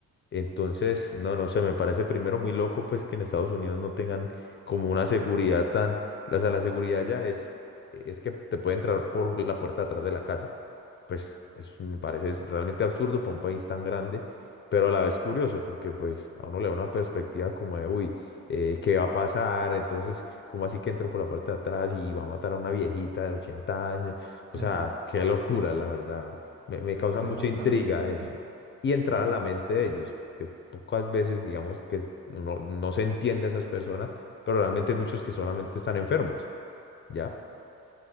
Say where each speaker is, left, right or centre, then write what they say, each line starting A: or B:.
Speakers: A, on the left; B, on the right.
A: Entonces, no, no sé, me parece primero muy loco pues que en Estados Unidos no tengan como una seguridad tan, o sea, la seguridad ya es, es que te puede entrar por la puerta de atrás de la casa. Pues eso me parece es realmente absurdo para un país tan grande, pero a la vez curioso porque pues a uno le da una perspectiva como de, uy, eh, ¿qué va a pasar? Entonces, ¿cómo así que entró por la parte de atrás y va a matar a una viejita de 80 años? O
B: <laughs>
A: sea, qué locura, la verdad. Me, me
B: Sí,
A: causa
B: eso
A: mucha
B: es bastante.
A: intriga eso y entrar
B: Eso
A: a la mente de ellos, porque pocas veces, digamos, que uno no se entiende a esas personas, pero realmente hay muchos que solamente están enfermos, ¿ya?